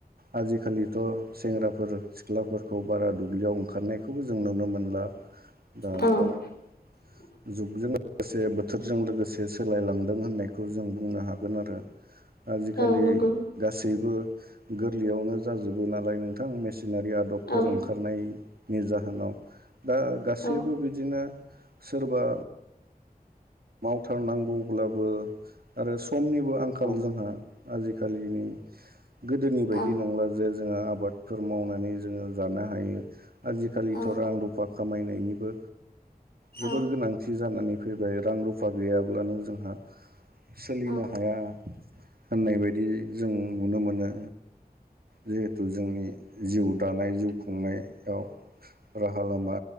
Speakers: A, on the right; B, on the left.
A: आजिखालिथ' सेंग्राफोर सिख्लाफोरखौ बारा दुब्लियाव ओंखारनायखौबो जों नुनो मोनला <unintelligible>
B: औ <inaudible>
A: जुगजों लोगोसे बोथोरजों लोगोसे सोलायलांदों होननायखौ जों बुंनो हागोन आरो आजिखालि
B: औ नंगौ
A: गासैबो गोरलैयावनो जाजोबो नालाय नोंथां मेसिनारि आदब
B: औ
A: फोर ओंखारनायनि जाहोनाव दा गासैबो
B: औ
A: बिदिनो सोरबा मावथारनांगौब्लाबो आरो समनिबो आंखाल
B: औ
A: जोंहा आजिखालिनि गोदोनि बायदि
B: औ
A: नंला जे जोङो आ बादफोर मावनानै जोङो जानो हायो आजिखालिथ'
B: औ
A: रां रुफा खामायनायनिबो जोबोर
B: औ
A: गोनांथि जानानै फैबाय रां रुफा गैयाब्लानो जोंहा सोलिनो
B: औ
A: हाया होननाय बायदि जों नुनो मोनो जिहेथु जोंनि जिउ दानाय जुग <unintelligible> राहा लामा